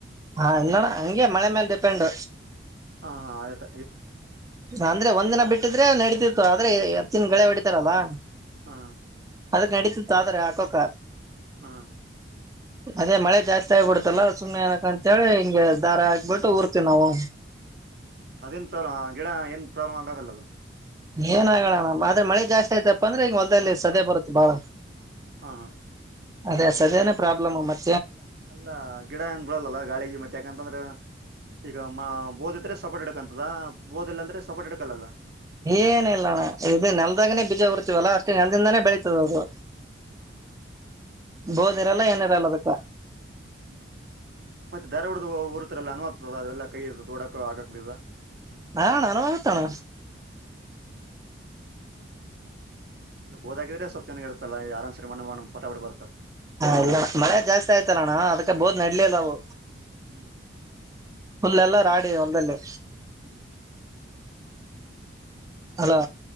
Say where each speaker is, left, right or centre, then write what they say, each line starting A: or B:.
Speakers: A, on the right; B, on the right.
A: ಹಾ ಇನ್ನಳ ಹಂಗೆ ಮಳೆ ಮೇಲ್ ಡಿಪೆಂಡ್.
B: ಹಾ ಹಾ ಆಯ್ತ.
A: ಅಂದ್ರೆ ಒಂದ್ಿನ ಬಿಟ್ಟಿದ್ರೆ ನಡತ ಆದ್ರೆ ಎರ್ತ್ತಿನ ಳೆ ಹೊಡಿತಾರಲ್ಲಾ.
B: ಹಾ.
A: ಅದಕ್ ನಡೀಿತತ್ ಆದ್ರೆ ಹಾಕಕ.
B: ಹಾ.
A: ಅದೇ ಮಳೆ ಜಾಸ್ತಿ ಆಗ್ಬಿಡ್ತಲ್ಲ ಸುಮ್ನೆ ಏನಕ ಅಂತ ಹೇಳಿ ಹಿಂಗೆ ದಾರ ಹಾಕ್ಬಿಟ್ಟು ಊರ್ತಿವಿ ನಾವು.
B: ಹ್ಮ್ ಅದೇನ್ ಪ್ರಾಬ್ಲಮ್ ಗಿಡ ಏನ್ ಪ್ರಾಬ್ಲಮ್ ಆಗ ಆಲ್ಲಲ್ಲ.
A: ಏನ್ ಆಗಣ ಮ. ಅ್ರಳ ಜಾಸ್ತಯತ ಅಂದ್ರೆಗ. ಸದ್ಯ ಬರುತ್ತೆ ಬಾಳ
B: ಹಾ ಹಾ
A: ಅದೇ ಸದ್ಯನೇ ಪ್ರಾಬ್ಲಮ್ ಮತ್ತೆ
B: ಅಲ್ಲಾ ಗಿಡ ಏನ್ ಬಿಡಲ್ಲಲ್ಲ ಗಾಳಿಗೆ ಮತ್ತೆ ಅತಂದ್ರೆ ಈಗ ಓದಿದ್ರೆ ಸಪರ್ಟ್ ಹಡಕಂತದ ಓದಿಲ್ಲ ಅಂದ್ರೆ ಸಪೋಟ್ ಹಿಡಕೋಲ್ಲ
A: ಏನ ಇಲ್ಲಣ್ಣ ಇ ನೆಲ್ದಾಗನೇ ಬೀಜ ಉರ್ತವಲ್ಲಾ ಅಷ್ಟೇ ನೆಲದಿಂದಾನೇ ಬೆಳೀತದ ಅದು
B: ಹ್ಮ ಹ್ಮ
A: ಬೋದಿರಲ್ಲ ಏನಿಾರಲ್ಲ ಅದಕ್ಕ
B: ಹ್ಮ ಮತ್ತೆ ಧರೆ ಹಡ್ದು ಊರ್ತರೆಲ್ಲ ಅನುಆಗತದ ಅದೆಲ್ಲ ಕೈ ಇ ಹಾಡಕ ಆಗಕ್ ಬಿಜಾ
A: ಹಾಣ ನಾನ ಆಗುತ್ತಣ್ಣ
B: ಹ್ಮ ಇಲ್ಲ ಬೋದಾಗಿದ್ರೆ ಸ್ವಲ್ ಚನ್ನಾಗಿರುತ್ತಲ್ಲ ಆರಾಮ್ಸರಿ ಮಣ್ಣ ಪಟಪಟಿ ಬರ್ತಲ್ಲ
A: ಹಾ ಇಲ್ಲಣ ಮಳೆ ಜಾಸ್ತಿ ಆಯ್ತಲ್ಲಣ್ಣ ಅದಕ್ಕೆ ಬೋದ್ ನಡ್ಲಿಲ್ಲಲ್ಲಾವು
B: ಹ್ಮ್
A: ಪುಲ್ಲೆಲ್ಲ ರಾಡಿ ಒಂದಲ್ಲಿ
B: ಹ್ಮ್ ಹ್ಮ್
A: ಅಲಾ